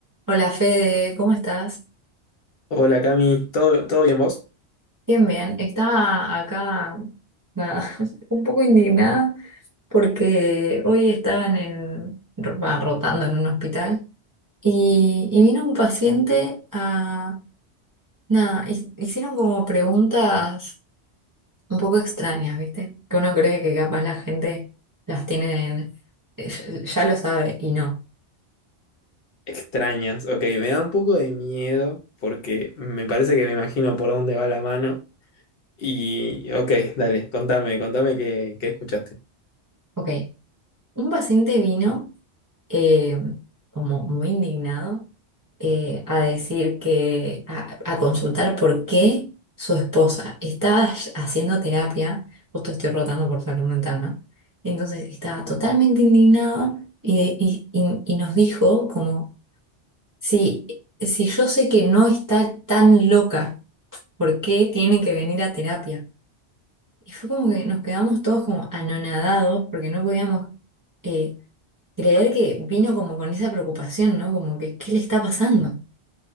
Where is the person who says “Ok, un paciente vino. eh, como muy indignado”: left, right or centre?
Right